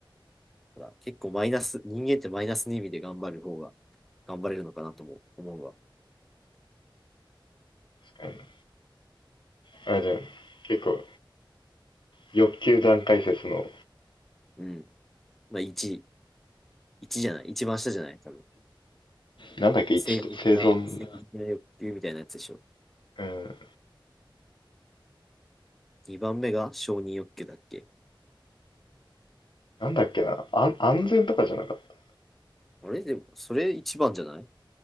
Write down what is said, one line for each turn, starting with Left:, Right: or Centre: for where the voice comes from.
Centre: ほら結構マイナス、人間ってマイナスの意味で頑張る方が頑張れるのかなとも思うわ。
Left: かにな。あれだよね。結構、欲求段階説の、
Centre: うん。まあ、1、一じゃない、一番下じゃない、多分。
Left: なんだっけ、
Centre: 生理的な、
Left: 1って生存
Centre: 性的な欲求みたいなやつでしょ。
Left: うん。
Centre: 2番目が承認欲求だっけ。
Left: なんだっけな、あん安全とかじゃなかった。
Centre: あれでも、それ1番じゃないわ